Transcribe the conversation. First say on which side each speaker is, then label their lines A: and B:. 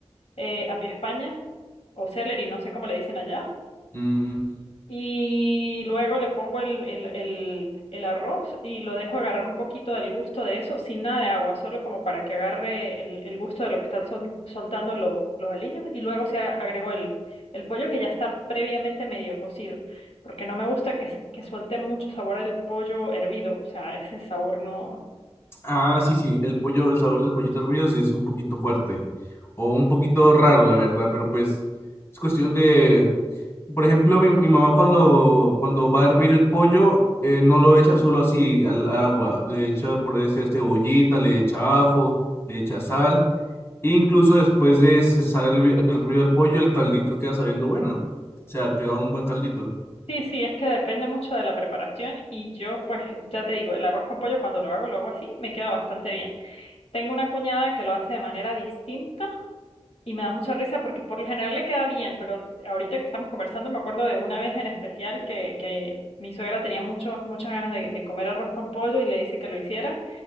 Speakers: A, on the left (about 80°); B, on the left (about 25°).
A: eh, apia España o celery, no sé cómo le dicen allá.
B: Mm,
A: Y luego le pongo el, el, el, el arroz y lo dejo agarrar un poquito del gusto de eso, sin nada de agua, solo como para que agarre el, el gusto de lo que están sol- soltando los, los aliños. Y luego se a- agregó el, el pollo que ya está previamente medio cocido, porque no me gusta que, s- que suelte mucho sabor el pollo hervido, o sea, ese sabor no...
B: ah, sí, sí, el pollo, el sabor del pollito hervido sí es un poquito fuerte. O un poquito raro, la verdad, pero pues es cuestión de, Por ejemplo, mi, mi mamá cuando, cuando va a hervir el pollo, eh, no lo echa solo así al agua, le echa por ese cebollita, le echa ajo, le echa sal, e incluso después de cesar el, vi- el hervido del pollo, el caldito queda sabiendo bueno, o sea, queda un buen caldito.
A: Sí, sí, es que depende mucho de la preparación y yo pues ya te digo, el arroz con pollo cuando lo hago, lo hago así, me queda bastante bien. Tengo una cuñada que lo hace de manera distinta Y me da mucha risa porque por lo general le queda bien, pero ahorita que estamos conversando me acuerdo de una vez en especial que, que mi suegra tenía muchos, muchas ganas de, de comer arroz con pollo y le dice que lo hiciera